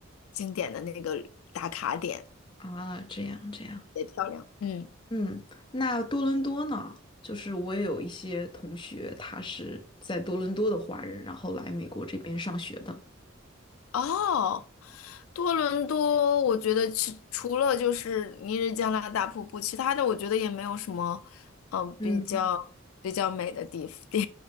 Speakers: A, on the left; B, on the left.
A: 经典的那个打卡点
B: 啊，这样这样，
A: 也漂亮，嗯。
B: 嗯，那多伦多呢？就是我也有一些同学，他是在多伦多的华人，然后来美国这边上学的。
A: 哦，多伦多，我觉得其除了就是尼日加拉大瀑布，其他的我觉得也没有什么，嗯，
B: 嗯
A: 比较比较美的地地，